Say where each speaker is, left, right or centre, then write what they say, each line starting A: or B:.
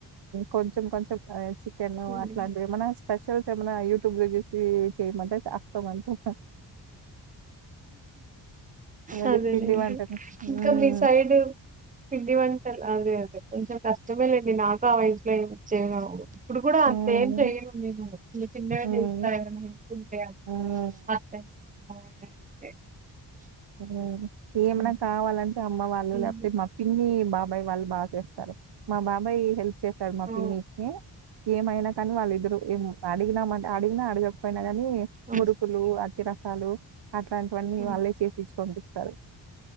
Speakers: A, on the right; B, on the right.
A: కొంచెం కొంచెం చి కెను
B: హ్మ్.
A: అట్లాంటివి ఏమన స్పెషల్స్ ఏమనా యూట్యూబ్లో జూసి చేయమంటే అస్సాం అంతే ఇంగ అది
B: అ అదేలేండి
A: పిండి వంటలు హ్మ్
B: ఇంకా మీ సైడు పిండి వంటలు అదే అదే కొంచెం కష్టమే లేండి నాకు ఆ వయసులో ఏమి వొచ్చేవి గావు ఇప్పుడు కూడా
A: హ్మ్
B: అంతేంచేయను నేను చిన్న చిన్నగా
A: హ్మ్
B: చేస్తా ఎవరన్నా హెల్ప్ ఉంటే అం
A: హ్మ్
B: <inaudible>
A: ఆ ఏమన్నా
B: ఉమ్.
A: కావాలంటే అమ్మ వాళ్ళు
B: ఉమ్.
A: లేకపోతే మా పిన్ని బాబాయ్ వాళ్ళు బాగ్ చేస్తరు మా బాబాయ్ హెల్ప్ చేస్తాడు మా
B: ఆ
A: పిన్ని కి ఏమైనా కాని వాళ్ళు ఇద్దరు ఏమో అడిగినమంటె అడిగిన అడగ కపోయిన గాని
B: ఆ,
A: మురుకులు అత్తరసాలు అట్లాంటి వన్ని
B: ఆ,
A: వాళ్ళే చేస్ పంపిస్తారు